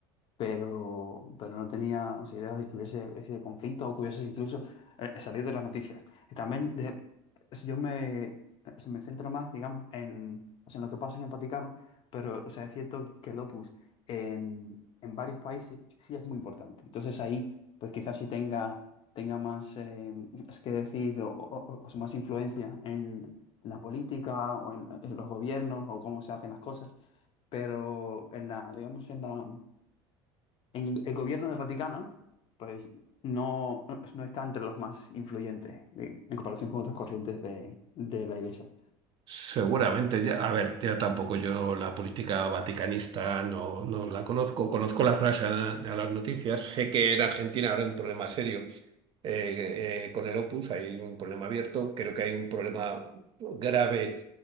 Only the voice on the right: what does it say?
Seguramente, ya, a ver, ya tampoco yo la política vaticanista no, no la conozco, conozco las, las, las noticias, sé que en Argentina habrá un problema serio eh, eh, con el Opus, hay un problema abierto, creo que hay un problema grave